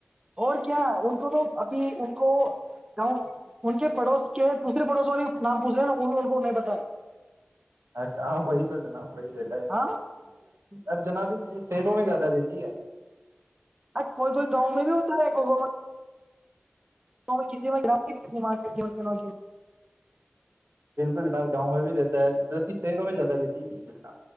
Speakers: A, on the right; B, on the right.
A: اور کیا ان کو تو ابھی ان کو ان کے پڑوس کے دوسرے پڑوس والے نام پوچھ رہے ہیں نا ان ان کو نہیں بت
B: اچھا ہ بی تو ج ن ہ بی رہتا ہے
A: ہاں
B: ار جناب شیروں میں زیادہ رہتی ہے <unintelligible>
A: ا کوئی کوئی گاؤں میں بھی ہوتا ہے گ تو کسی میں جرا دماغ میں کی
B: بالکل جناب گاؤں میں بھی رہتا ہے ج شہروں میں زیادہ رہتی ہے جب